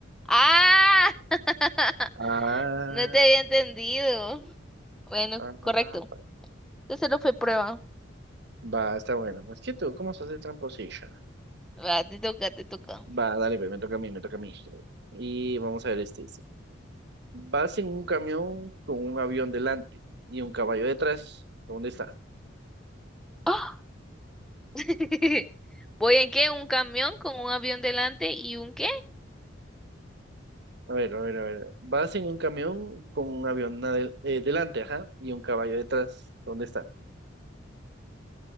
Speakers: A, in the centre; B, on the right.
A: ¡Ah! <laughs>
B: Ah,
A: No te había entendido. Bueno,
B: ah,
A: correcto. Entonces no fue prueba.
B: va, está bueno. Pues que tú, ¿cómo se hace tramposillo?
A: Va, te toca, te toca.
B: Va, dale, pues, me toca a mí, me toca a mí. Y vamos a ver este. dice, Vas en un camión con un avión delante y un caballo detrás. ¿Dónde estás?
A: ¡Ah! <laughs> ¿Voy en qué? ¿Un camión con un avión delante y un qué?
B: A ver, a ver, a ver. Vas en un camión con un avión adel- eh, delante, ajá, y un caballo detrás. ¿Dónde está?